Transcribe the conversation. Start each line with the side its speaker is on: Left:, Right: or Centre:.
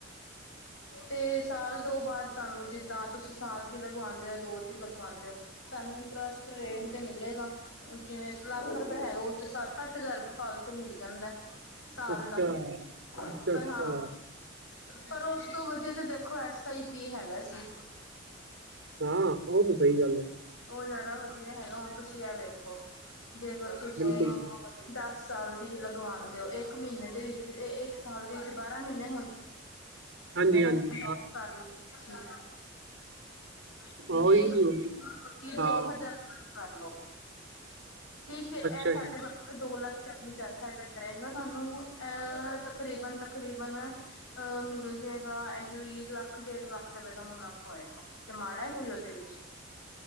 Left: ਤੇ ਸਾਲ ਦੋ ਬਾਅਦ ਤੁਹਾਨੂੰ ਜਿੱਦਾਂ ਤੁਸੀਂ ਸਾਲ ਦੀ ਲਗਵਾਉਂਦੇ ਹੋ ਜਾਂ ਦੋ ਦੀ ਲਗਵਾਉਂਦੇ ਹੋ। ਤੁਹਾਨੂੰ ਇੰਟਰਸਟ ਰੇਟ ਤੇ ਮਿਲੇਗਾ। ਜਿਵੇਂ ਲੱਖ ਰੁਪਏ ਹੈਗਾ ਉੱਥੇ ਸੱਤ ਅੱਠ ਹਜ਼ਾਰ ਰੁਪਏ ਫਾਲਤੂ ਮਿਲ ਜਾਂਦਾ। ਸਾਲ
Right: ਅੱਛਾ
Left: ਦਾ
Right: ਅੱਛਾ
Left: ਪਰ
Right: ਅੱਛਾ
Left: ਹਾਂ ਪਰ ਉਸ ਤੋਂ ਵਧੀਆ ਤੇ ਦੇਖੋ ਐਸ ਆਈ ਪੀ ਹੈਗਾ ਸੀ ਇੱਕ
Right: ਹਾਂ ਉਹ ਤਾਂ ਸਹੀ ਗੱਲ ਹੈ।
Left: ਉਹ ਜ਼ਿਆਦਾ ਵਧੀਆ ਹੈਗਾ ਹੁਣ ਤੁਸੀਂ ਇਹ ਵੇਖੋ, ਵੀ ਅਗਰ ਤੁਸੀਂ,
Right: ਬਿਲਕੁਲ।
Left: ਦਸ ਸਾਲ ਦੀ ਵੀ ਲਗਵਾਉਣਦੇ ਹੋ। ਇੱਕ ਮਹੀਨੇ ਦੇ ਵਿੱਚ ਇਹ ਇੱਕ ਸਾਲ ਦੇ ਵਿੱਚ ਬਾਰਾਂ ਮਹੀਨੇ ਹੁੰਦੇ।
Right: ਹਾਂਜੀ-ਹਾਂਜੀ,
Left: ਕਦੇ ਨੇ ਕਰ ਅਸੀ ਸੀ। <unintelligible>
Right: ਉਹੀ ਹੋ ਗਿਆ, ਹਾਂ,
Left: ਠੀਕ ਏ।
Right: ਅੱਛਾ
Left: ਐਹ ਸਾਡੇ
Right: ਜੀ,
Left: ਬ ਦੋ ਲੱਖ ਚਾਲੀ ਸ ਚਾਹੀਦਾ ਸਾਨੂੰ ਐਹ ਤਕਰੀਬਨ- ਤਕਰੀਬਨ ਅ ਮਿਲ ਜਾਏਗਾ ਇਹੀ ਲੱਖ ਡੇਢ ਲੱਖ ਰੁਪਏ ਦਾ ਮੁਨਾਫ਼ਾ ਹੋਏਗਾ। ਤੇ ਮਾੜਾ ਏ, ਕੋਈ ਉਹਦੇ ਵਿੱਚ।